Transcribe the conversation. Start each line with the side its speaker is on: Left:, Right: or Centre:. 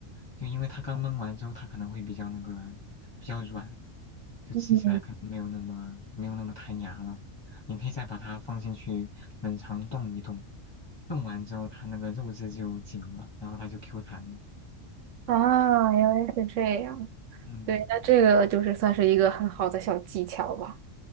Left: 就因为它刚焖完之后，它可能会比较那个比较软，就吃起来可能没有那么没有那么弹牙了。
Right: 嗯
Left: 你可以再把它放进去冷藏冻一冻，冻完之后它那个肉质就紧了，然后它就 Q 弹。
Right: 啊，原来是这样。
Left: 嗯
Right: 对，那这个就是算是一个很好的小技巧吧。